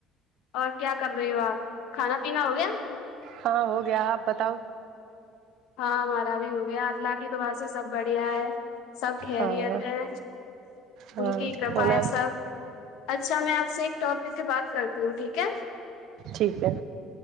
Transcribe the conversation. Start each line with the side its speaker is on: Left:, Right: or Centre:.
Left: اور کیا کر رہی ہو آپ کھانا پینا ہو گیا
Right: ہاں ہو گیا آپ بتاؤ
Left: ہاں ہمارا بھی ہو گیا اللہ کی دعا سے سب بڑھیا ہے سب خریت
Right: ہاں
Left: ہیں
Right: ہاں
Left: ان کی کرپا
Right: ہونا
Left: ہے سب اچھا میں آپ سے ایک ٹاپک سے بات کرتی ہوں ٹھیک ہے
Right: ٹھیک ہے